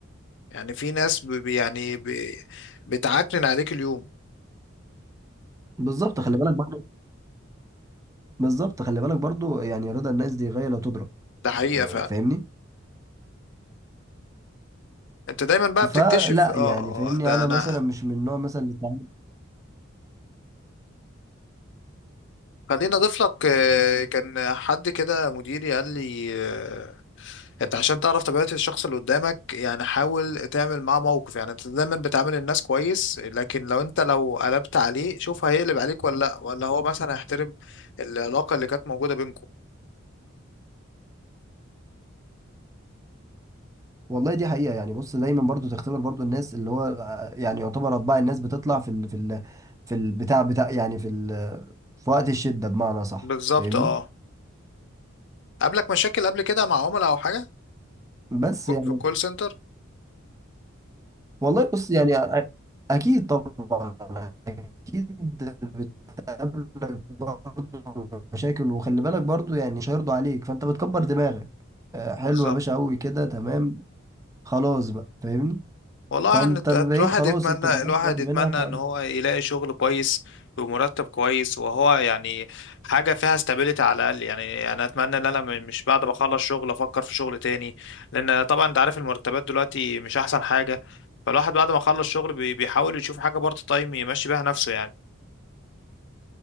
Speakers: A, on the left (about 60°); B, on the right (about 15°).
A: يعني في ناس ب- ب- يعني ب- بتعكنن عليك اليوم
B: بالظبط خلي بالك برضو بالظبط خلي بالك برضو يعني رضا الناس دي غاية لا تدرك
A: ده حقيقه
B: آه،
A: فعلا
B: فاهمني
A: انت دايما بقى
B: فلا
A: بتكتشف اه آه،
B: يعني فاهمني
A: آه، ده
B: انا
A: انا
B: مثلا مش من النوع مثلا اللي بتاع-
A: خليني اضيف لك آه، كان حد كده مديري قال لي آه، انت عشان تعرف طبيعة الشخص اللي قدامك يعني حاول تعمل معاه موقف يعني انت دايما بتعامل الناس كويس لكن لو انت لو قلبت عليه شوف هيقلب عليك ولا لا ولا هو مثلا هيحترم العلاقة اللي كانت موجودة بينكم
B: والله دي حقيقة يعني بص دايما برضو تختبر برضو الناس اللي هو آه، يعني يعتبر اطباع الناس بتطلع في ال في ال في البتاع بتاع يعني في ال في وقت الشدة بمعنى صح
A: بالظبط
B: فاهمني
A: اه قابلك مشاكل قبل كده مع عملاء او حاجة
B: بس
A: في الكو-
B: يعني
A: في الكول سنتر
B: والله بص يعني أ- اكيد طبعا اكيد قابلك برضه مشاكل وخلي بالك برضه يعني مش هيرضوا عليك فانت بتكبر دماغك آه، حلو
A: بالظبط
B: يا باشا قوي كده تمام خلاص بقى فاهمني
A: والله
B: فانت
A: إحنا-
B: بقيت
A: الواحد
B: خلاص
A: يتمنى
B: انت اتقفلت
A: الواحد
B: برضه
A: يتمنى
B: منها ف...
A: ان هو يلاقي شغل كويس بمرتب كويس وهو يعني حاجة فيها استابيليتي على الأقل يعني أنا أتمنى إن أنا م- مش بعد ما أخلص شغل أفكر في شغل تاني لأن طبعا أنت عارف المرتبات دلوقتي مش أحسن حاجة فالواحد بعد ما يخلص شغل بي- بيحاول يشوف حاجة بارت تايم يمشي بيها نفسه يعني